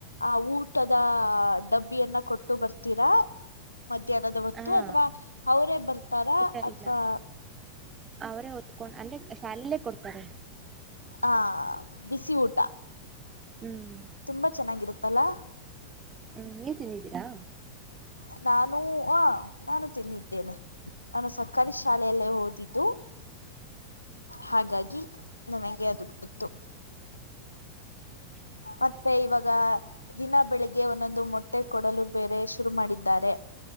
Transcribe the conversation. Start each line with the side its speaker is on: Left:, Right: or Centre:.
Left: ಆ ಊಟದ ಡಬ್ಬಿಯನ್ನ ಕೊಟ್ಟು ಬರ್ತೀರಾ ಮಧ್ಯಾಹ್ನದ ಹೊತ್ತು
Right: ಹ
Left: ಅಥವಾ ಅವರೇ ಬರ್ತಾರಾ
Right: ಇಲ್ಲ
Left: ಅಥವಾ
Right: ಇಲ್ಲ ಅವರೇ ಹೊತ್ಕೊಂಡ್ ಅಲ್ಲಿೇ ಶಾಲಲ್ಲೇ ಕೊಡ್ತಾರೆ
Left: ಹ ಬಿಸಿ ಊಟಾ
Right: ಹ್ಮ್
Left: ತುಂಬಾ ಚೆನ್ನಾಗಿರುತ್ತಲ್ಲಾ
Right: ಹ್ಮ್ ನೀವು ತಿಂದಿದ್ದೀರಾ
Left: ಹಾ ನಾನು ಆ ನಾನು ತಿನ್ನಿದ್ದೇನೆ ನಾನು ಸರ್ಕಾರಿ ಶಾಲೆಯಲ್ಲೇ ಓದಿದ್ದು ಹಾಗಾಗಿ ನನಗೆ ಅದು ಗೊತ್ತು ಮತ್ತೆ ಇವಾಗ ದಿನ ಬೆಳಿಗ್ಗೆ ಒಂದೊಂದು ಮೊಟ್ಟೆ ಮೊಟ್ಟೆ ಕೊಡಲು ಬೇರೆ ಶುರು ಮಾಡಿದ್ದಾರೆ